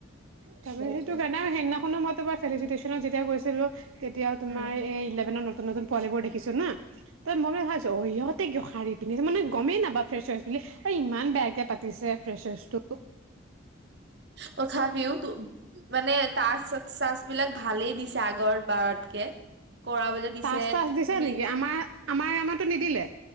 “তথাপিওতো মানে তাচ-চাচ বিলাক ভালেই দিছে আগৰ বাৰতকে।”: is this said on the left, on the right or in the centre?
Right